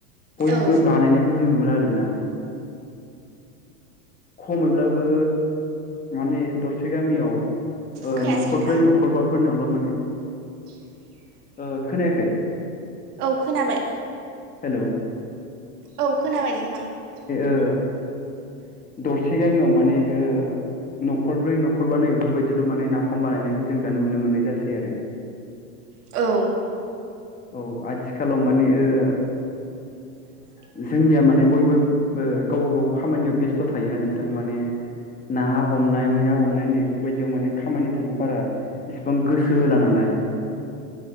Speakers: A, on the left; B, on the right.
A: बयबो
B: औ
A: बानायनायखौ जों नुला आरोना खमैब्लाबो माने दरसे गामियाव ओह
B: खोनायासै
A: न'खरब्रै
B: नोंथां
A: न'खरबाफोरनियावल' माने
B: <inaudible>
A: ओह खोनायाखै
B: औ खोनाबाय
A: हेल'
B: औ खोनाबाय नोंथां
A: ओ
B: <inaudible>
A: दरसे गामियाव माने ओ न'खरब्रै न'खरबा नै बेफोर बायदिल' माने नाफाम बानायनायखौ जों दा नुनो मोननाय जासै आरो
B: औ
A: औ आथिखालाव माने ओ
B: <inaudible>
A: जोंनिया माने बयबो ओ गावबा गाव खामानियाव बेस्थ' थायोना नोंथां माने नाहा हमनाय मैहा हमनाय नैफोर बायदियाव माने खामानिफोरखौ बारा एसेबां गोसो होला नालाय